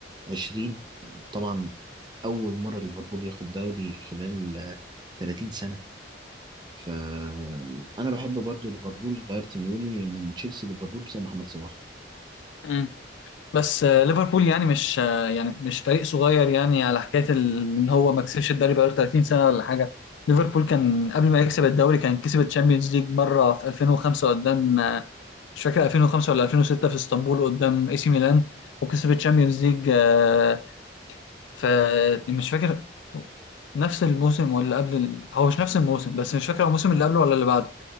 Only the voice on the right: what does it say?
20 طبعا اول مره ليفربول ياخد دوري خلال 30 سنه فانا بحب برضو ليفربول غيرت ميولي من تشيلسي ليفربول بسبب محمد صلاح